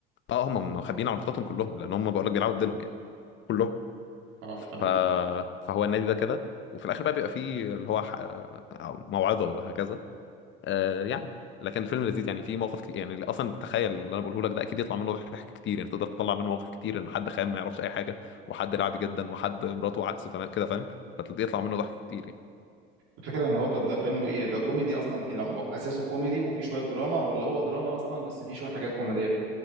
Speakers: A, on the left (about 40°); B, on the right (about 55°).
A: اه هم مخبيين عملتاتهم كلهم لان هم بقول لك بيلعبوا بديلهم يعني كلهم
B: اه
A: ف...
B: تمام
A: فهو النادي ده كده وفي الاخر بقى بيبقى فيه اللي هو ح... آه، موعظه وهكذا آه يعني لكن الفيلم لذيذ يعني فيه مواقف كتير يعني اصلا تخيل اللي انا بقوله لك ده اكيد يطلع منه ضحك كتير يعني تقدر تطلع منه مواقف كتير ان حد خام ما يعرفش اي حاجه وحد لعبي جدا وحد مراته عكسه تمام كده فاهم فبيطلع منه ضحك كتير يعني
B: الفكرة ان هو طب ده فيلم ايه ده كوميدي اصلا كي- لو اساسه كوميدي وفي شوية دراما ولا هو دراما اصلا بس فيه شوية حاجات كوميدية